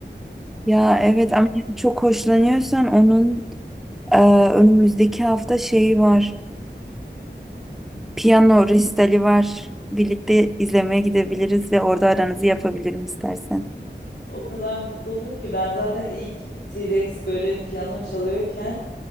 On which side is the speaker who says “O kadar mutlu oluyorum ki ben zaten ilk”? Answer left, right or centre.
Left